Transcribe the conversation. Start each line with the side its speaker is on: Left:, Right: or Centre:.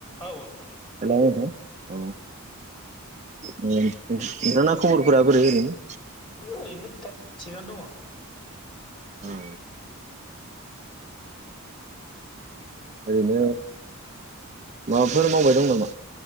Left: औ औ नोंथां।
Right: हेलौ नोंथां औ नोंथां खबरफोरा बोरै ओरैनो
Left: ओरैनोथु दा थिगानो दङ
Right: औ ओरैनो माबाफोर मावबाय दं नामा?